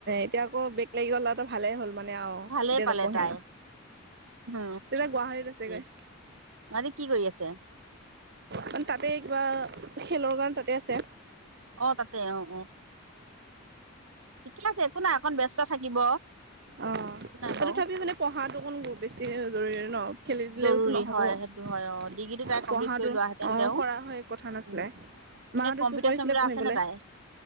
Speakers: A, on the right; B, on the right.
A: এতিয়াকৌ বেগ লাগি গ'ল তাইটো ভালে হ'ল মানে অহ
B: ভালেই
A: দে
B: পালে
A: নপঢ়ে
B: তাই উম,
A: তেতিয়া গুৱাহাটীত আছেগৈ
B: তাকে। আজি কি কৰি আছে?
A: মানে তাতে কিবা খেলৰ কাৰণে তাতে আছে
B: অ', তাতে অ', অ ঠিকে আছে একো নাই অকন ব্যস্ত থাকিব।
A: অ',
B: একো নাই বাৰু।
A: আৰু তথাপিও মানে পঢ়াটো কোন বেছি জৰুৰী ন খেলি দিলেওতো
B: জৰুৰী
A: নহ'ব
B: হয়
A: পঢ়াটো
B: সেইটো হয় অ ডিগ্ৰীটো তাই কমপ্লিট কৰি লোৱাহেঁতেন
A: অ
B: তেওঁ
A: কৰা হয় কথা নাছিলে
B: উম এনে
A: মাহঁতে
B: কম্পিউটাৰ
A: যোৰ কৰিছিলে
B: চম্পিউটাৰ
A: পঢ়িবলৈ
B: আছে নে তাই